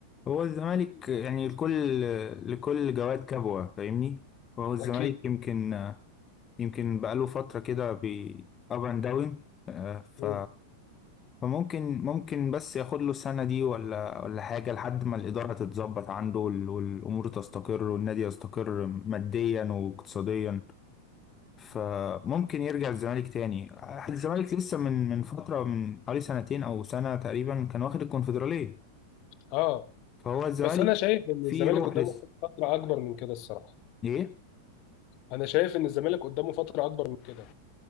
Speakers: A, on the left; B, on the left.
A: هو الزمالك يعني لكل لكل جواد كبوة فاهمني هو الزمالك
B: اكيد
A: يمكن يمكن بقاله فترة كده بي up and down آه، ف
B: مم.
A: فممكن ممكن بس ياخد له السنة دي ولا ولا حاجة لحد ما الإدارة تتظبط عنده وال- والأمور تستقر والنادي يستقر ماديا واقتصاديا فممكن يرجع الزمالك تاني الزمالك لسه من من فترة من حوالي سنتين أو سنة تقريبا كان واخد الكونفدرالية
B: اه
A: فهو الزمالك
B: بس انا شايف ان
A: فيه
B: الزمالك
A: روح
B: قدامه
A: لسه
B: فتره اكبر من كده الصراحه
A: إيه؟
B: انا شايف ان الزمالك قدامه فتره اكبر من كده